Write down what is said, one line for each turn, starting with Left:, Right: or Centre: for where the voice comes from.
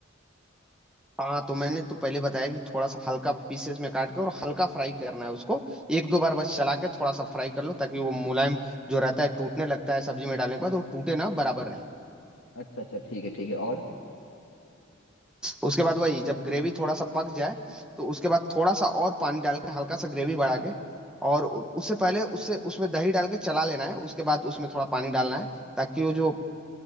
Centre: हाँ तो मैंने तो पहले बताया कि थोड़ा सा हल्का पीसेस में काट के और हल्का फ्राई करना है उसको एक दो बार बस चला के थोड़ा सा फ्राई कर लो ताकि वो मुलायम जो रहता है टूटने लगता है सब्जी में डालने के बाद वो टूटे ना बराबर रहे
Left: अच्छा अच्छा ठीक है ठीक है और
Centre: उसके बाद वही जब ग्रेवी थोड़ा सा पक जाए तो उसके बाद थोड़ा सा और पानी डाल के हल्का सा ग्रेवी बढ़ा के और उ- उससे पहले उससे उसमें दही डाल के चला लेना है उसके बाद उसमें थोड़ा पानी डालना है ताकि वो जो